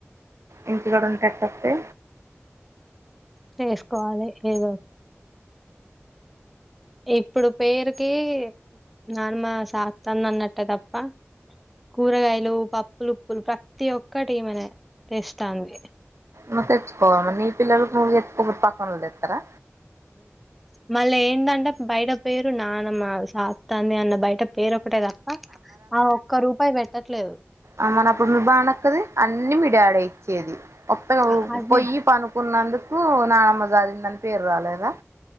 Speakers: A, on the right; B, in the centre.
A: ఇంటి కూడా ఉంటారు తప్పతే
B: చేసుకోవాలి ఏదో ఇప్పుడు పేరుకి నానమ సాస్తంద అన్నట్టే తప్ప కూరగాయలు పప్పులుప్పులు ప్రతి ఒక్కటి మన తెస్తాంది
A: ను తెచ్చుకోవాలి మ ఈ పిల్లలు పక్కన తెస్తారా
B: మళ్ళీ ఏంటంటే బయట పేరు నాన్నమ్ మా సాత్త అంది అన్న బయట పేరు ఒకటే తప్ప ఆ ఒక్క రూపాయి పెట్టట్లేదు
A: అ మన అప్పుడు మీ బానక్కది అన్నిీ మీ డాడీ వచ్చేది ఒప్ప
B: అ అదే
A: పొయ్యి పనుకున్నందుకు నానమ్మ జారిందని పేరు రాలేదు అదా